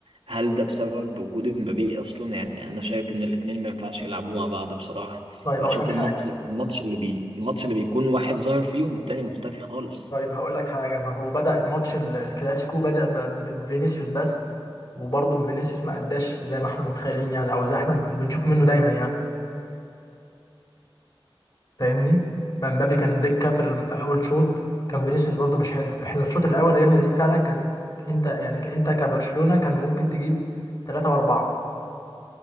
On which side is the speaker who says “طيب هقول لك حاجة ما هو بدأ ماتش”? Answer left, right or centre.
Left